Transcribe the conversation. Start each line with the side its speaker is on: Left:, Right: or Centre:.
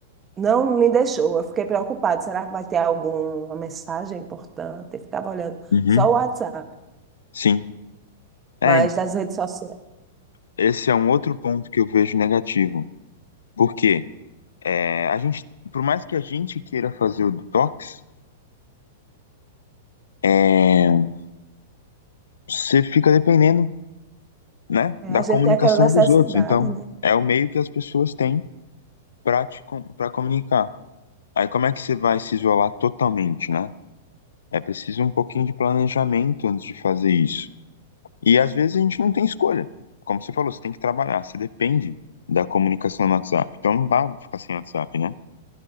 Right: não me deixou. Eu fiquei preocupada, será que vai ter alguma mensagem importante? Eu ficava olhando
Left: Uhum.
Right: só o WhatsApp,
Left: Sim. É,
Right: mas das redes sociais.
Left: esse é um outro ponto que eu vejo negativo. Por quê? É, a gente, por mais que a gente queira fazer o detox, é, você fica dependendo né,
Right: É,
Left: da
Right: a gente
Left: comunicação
Right: tem aquela necessidade,
Left: dos outros. Então,
Right: né?
Left: é o meio que as pessoas têm para para comunicar. Aí, como é que você vai se isolar totalmente, né? É preciso um pouquinho de planejamento antes de fazer isso. E às vezes a gente não tem escolha. Como você falou, você tem que trabalhar, você depende da comunicação no WhatsApp. Então não dá pra ficar sem WhatsApp, né?